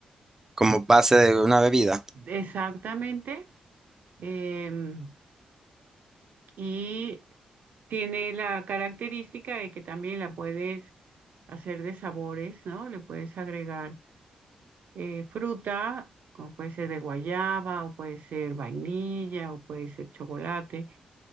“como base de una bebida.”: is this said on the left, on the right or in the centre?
Right